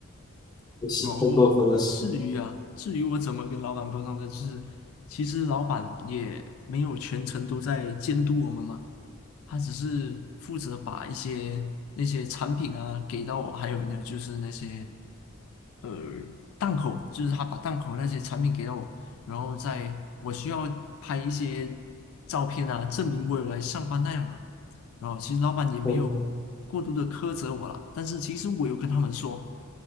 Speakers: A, on the left; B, on the left.
A: 真是太过分了！
B: 然后至于啊，至于我怎么跟老板沟通的，就是其实老板也没有全程都在监督我们嘛，他只是负责把一些那些产品啊给到我，还有呢就是那些呃档口，就是他把档口那些产品给到我，然后在我需要拍一些照片啊，证明我有来上班那样嘛。然后其实老板也没有过度的苛责我啦，
A: 嗯
B: 但是其实我有跟他们说，